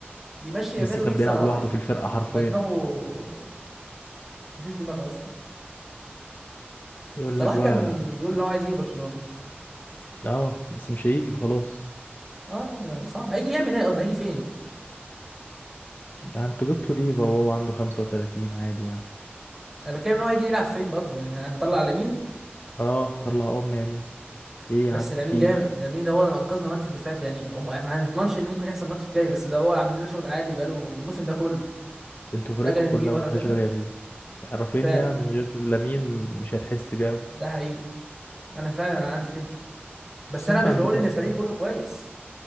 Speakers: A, in the centre; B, on the left.
A: يمشي يعمل
B: ميسي
A: ويجيب
B: كان
A: صلاح
B: بيلعب لوحده في الفرقه حرفيا
A: يبقى دماغه مفيش دماغ اصلا
B: يقول
A: صلاح
B: لك بقى
A: كان بيقول ان هو عايز يجي برشلونة
B: اه بس مش هيجي خلاص
A: اه لا ما- صعب هيجي يعمل ايه اصلا هيجي فين
B: يعني انتوا جبتوا ليفا وهو عنده 35 عادي يعني
A: انا بتكلم ان هو هيجي يلعب فين برضو يعني هنطلع لامين
B: اه طلع ام يمين ايه
A: بس
B: يا عم
A: لامين
B: في
A: جامد
B: ايه
A: لامين ده هو اللي انقذنا الماتش اللي فات يعني هم- احنا ما هنضمنش ايه اللي ممكن يحصل الماتش الجاي بس ده هو عامل لنا شغل عالي بقاله الموسم ده كله
B: انتوا
A: فجأة
B: فرقكم
A: نرميه
B: كلها
A: بره
B: ملهاش
A: كده
B: غير يمين رافينيا
A: فعلا
B: من غير لامين مش هتحس بيه اوي
A: ده حقيقي انا فعلا انا عارف كده بس
B: بس
A: انا
B: انتوا
A: مش
B: عندكم
A: بقول ان
B: ناس
A: الفريق كله كويس